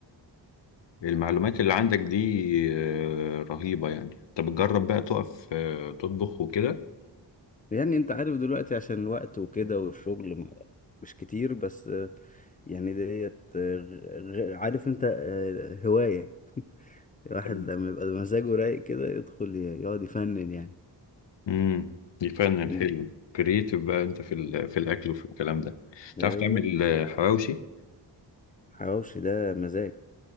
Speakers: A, on the left; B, on the left.
A: المعلومات اللي عندك دي آه، رهيبة يعني طب جرب بقى تقف آه، تطبخ وكده
B: يعني انت عارف دلوقتي عشان الوقت وكده والشغل م- مش كتير بس آه، يعني ديت آه، غ- غ- عارف انت آه، هواية الواحد
A: طب
B: لما يبقى مزاجه رايق كده يدخل ي- يقعد يفنن يعني
A: امم يفنن
B: مم.
A: حلو كرييتيف بقى انت في ال- في الاكل وفي الكلام ده تعرف
B: ايوه
A: تعمل آه، حواوشي
B: الحواوشي ده مزاج